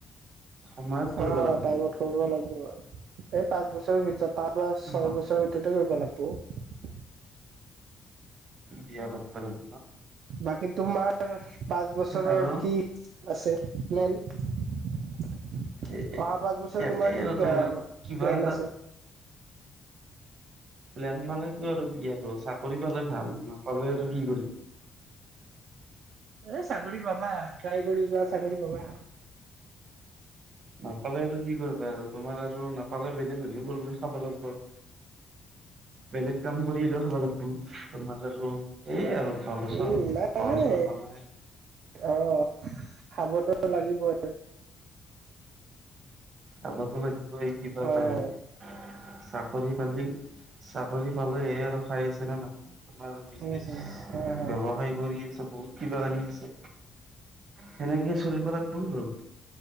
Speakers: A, on the right; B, on the right.
A: সময়ত কৰিব
B: অ
A: লাগিব
B: টাইমত কৰিব লাগিব আৰু। এই পাঁচ বছৰৰ ভিতৰত। পাঁচ বাাঁচ ছয়
A: অ
B: বছৰ ভিতৰতে কৰিব লাগিব।
A: বিয়া পাত ব লা
B: বাকী তোমাৰ পাঁচ বছৰৰ
A: আৰু
B: কি আছে প্লেন, অহা
A: এ
B: পাঁচ বছৰ
A: একেই
B: তোমাৰ
A: আৰু
B: কি প
A: কিবা
B: প্লেন
A: এটা
B: আছে?
A: প্লেন মানেতো আৰু কি আৰু চাকৰি পালে ভাল নাপালে আৰু কি কৰিম?
B: এ চাকৰি পা পাবা ট্ৰাই কৰি যোৱা চাকৰি পাবা।
A: নাপালে আৰু কি কৰিবা আৰু তোমাৰ আৰু নাপালে বেলেগ হলেও কৰিব খাব লাগিব বেলেগ কাম কৰিলেও খাব লাগিব তোমাৰ আৰু। এই আৰু ঘৰ চৰ
B: উম নাই
A: ঘৰ
B: নাই
A: চৰ বনাই
B: অঁ খাবতো লাগিবই।
A: আমাৰ তোমাৰ কিবা
B: হয়
A: তাহৰি
B: হয়।
A: চাকৰি পালে চাকৰি পালোহে আৰু খাই আছে নে মানুহে। তোমাৰ বিজনেছ
B: উম হুম। হয় হয়
A: ব্যৱসায় কৰি আছো বহুত কিবা কাৰি আছে। সেনেকে চলিব লাগি ব।